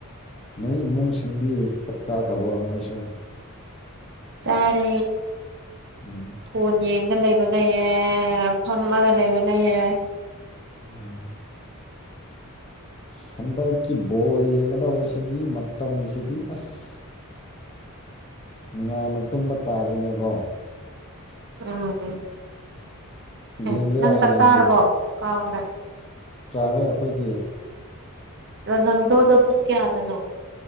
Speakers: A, on the left (about 25°); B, on the right (about 55°).
A: ꯅꯣꯏ ꯏꯃꯨꯡꯁꯤꯡꯗꯤ ꯆꯛ ꯆꯥꯈ꯭ꯔꯕꯣ ꯃꯣꯏꯁꯨ
B: ꯆꯥꯔꯦ
A: ꯎꯝ
B: ꯐꯣꯟ ꯌꯦꯡꯉ ꯂꯩꯕ ꯂꯩ ꯌꯦ ꯐꯝꯃꯒ ꯂꯩꯕ ꯂꯩꯌꯦ
A: ꯑꯉꯥꯡ ꯑꯁ ꯍꯟꯗꯛꯀꯤ ꯕꯣꯜ ꯌꯦꯡꯒꯗꯧꯕꯁꯤꯗꯤ ꯃꯇꯝꯁꯤꯗꯤ ꯑꯁ ꯉꯥꯟꯅ ꯇꯨꯝꯕ ꯇꯥꯔꯦꯅꯦꯒꯣ
B: ꯎꯝ
A: ꯌꯦꯡꯒꯦꯔꯥ
B: ꯑꯦ ꯅꯪ
A: ꯍꯌꯦꯡꯒꯤ
B: ꯆꯥꯛ ꯆꯥꯔꯕꯣ ꯀꯥꯎꯈꯔꯦ
A: ꯆꯥꯔꯦ ꯑꯈꯣꯏꯗꯤ
B: ꯔꯣꯅꯥꯜꯗꯣꯗꯣ ꯄꯨꯡ ꯀꯌꯥꯗꯅꯣ